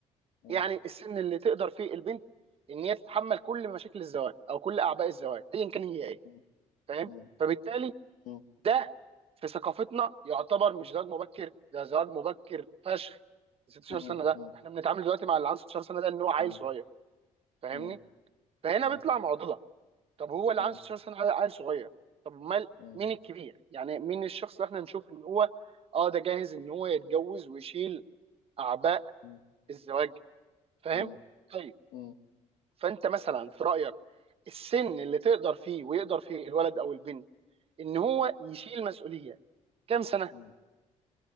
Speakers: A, on the left; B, on the right.
A: مم.
B: يعني السن اللي تقدر فيه البنت ان هي تتحمل كل مشاكل الزواج او كل اعباء الزواج ايا كان هي ايه
A: مم.
B: فاهم
A: مم.
B: فبالتالي
A: مم.
B: ده في ثقافتنا يعتبر مش زواج مبكر ده زواج مبكر فشخ 16
A: مم.
B: سنه ده
A: مم.
B: احنا بنتعامل دلوقتي مع اللي عنده 16 سنه ده ان هو عيل
A: مم.
B: صغير فاهمني
A: مم.
B: فهنا
A: مم.
B: بيطلع معضله طب هو اللي
A: مم.
B: عنده 16 سنه عيل عيل صغير طب امال
A: مم.
B: مين الكبير يعني مين الشخص اللي احنا نشوف ان هو اه ده جاهز ان هو يتجوز ويشيل اعباء
A: مم.
B: الزواج فاهم
A: مم.
B: طيب
A: مم.
B: فانت مثلا في رايك السن اللي تقدر فيه ويقدر فيه الولد او البنت ان هو يشيل مسؤوليه كام سنه
A: مم.